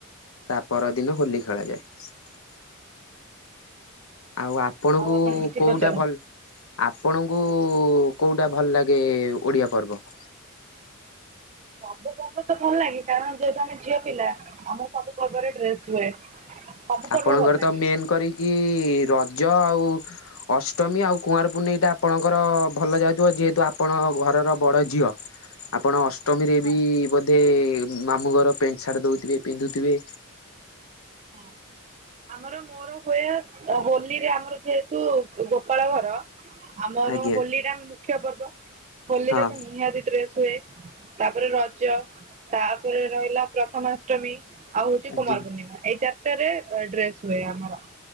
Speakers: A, on the left (about 80°); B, on the right (about 35°).
A: ତା ପର ଦିନ ହୋଲି ଖେଳାଯାଏ। <inaudible> ଆଉ ଆପଣଙ୍କୁ
B: ଆଉ ଆପଣ କିଛି
A: କୋଉଟା
B: ପଚାର
A: ଭଲ୍ ଆପଣଙ୍କୁ କୋଉଟା ଭଲ ଲାଗେ ଓଡିଆ ପର୍ବ? <inaudible>
B: ସବୁ ପର୍ବ ତ ଭଲ ଲାଗେ କାରଣ ଯେହେତୁ ଆମେ ଝିଅ ପିଲା ଆମ ସବୁ ପର୍ବରେ ଡ୍ରେସ୍ ହୁଏ। ସବୁ
A: ଆପଣଙ୍କର
B: ପର୍ବ ଭଲ ଲାଗେ
A: ତ ମେନ୍ କରିକି ର ଯ ଆଉ ଅଷ୍ଟମୀ ଆଉ କୁଆଁର ପୂନେଇ ଟା ଆପଣଙ୍କର ଭଲ ଯାଉଥିବ ଯେହେତୁ ଆପଣ ଘ ର ବଡ ଝିଅ ଆପଣ ଅଷ୍ଟ ଷ୍ଟମୀରେ
B: ହଁ
A: ବି ବୋଧେ ମାମୁଁ ଘର ପ୍ୟାଣ୍ଟ ସାର୍ଟ ଦୋଉଥିବେ ପିନ୍ଧୁଥିବେ
B: ହଁ। ଆମର ମୋର ହୁଏ ହୋଲିରେ ଆମର ଯେହେତୁ ଗୋପାଳ ଘର ଆମର
A: ଆଜ୍ଞା
B: ହୋଲିଟା ମୁଖ୍ୟ ପର୍ବ ହୋଲିରେ
A: ହଁ
B: ତ ନିହାତି ଡ୍ରେସ୍ ହୁଏ। ତାପରେ ରଜ ତାପରେ ରହି ହେଲା ପ୍ରଥମାଷ୍ଟମୀ ଆଉ ହୋଉଛି
A: ଆଜ୍ଞା
B: କୁମାର ପୂର୍ଣ୍ଣିମା ଏଇ ଚାରିଟାରେ ଡ୍ରେସ ହୁଏ ଆମର।